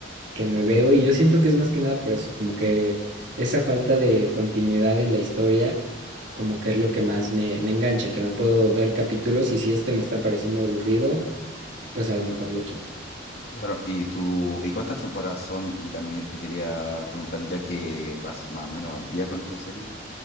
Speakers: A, on the right; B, on the left.
A: que me veo y yo siento que es más que nada por eso, como que esa falta de continuidad en la historia, como que es lo que más me, me engancha, que me puedo ver capítulos y si este me está pareciendo aburrido, pues a lo mejor lo quito.
B: Claro, y tú, ¿y cuántas temporadas son? Y también te quería preguntar, ya que vas más o menos al día con esta serie,